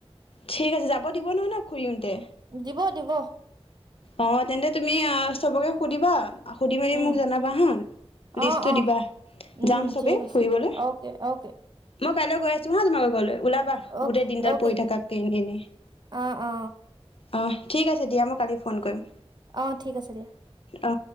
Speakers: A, on the left; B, on the right.
A: ঠিক আছে যাব দিব নহয় ন' খুৰি হ'তে?
B: দিব, দিব।
A: অ', তেন্তে তুমি অ', চবকে সুধিবা। সুধি মেলি
B: উম
A: মোক জনাবা হা লিষ্টটো
B: অ অ
A: দিবা
B: উম
A: যাম চবে
B: ঠিক আছে
A: ফুৰিবলৈ।
B: অ'কে অ'কে
A: মই কাইলৈ গৈ আছো হা তোমালোকৰ ঘৰলৈ। ওলাবা
B: অ'কে
A: গোটেই দিনদাল
B: অ'কে
A: পৰি থাকাত কে এনে এনে।
B: অ অ
A: অ', ঠিক আছে দিয়া মই কালি ফোন কৰিম।
B: অ', ঠিক আছে দিয়া।
A: অ'।